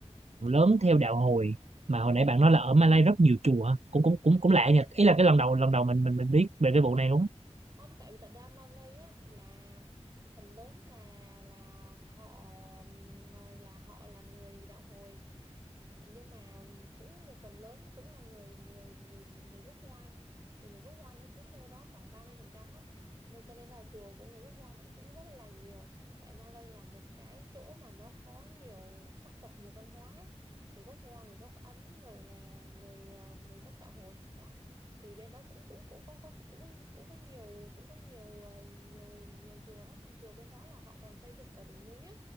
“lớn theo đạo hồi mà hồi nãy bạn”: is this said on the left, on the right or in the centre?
Right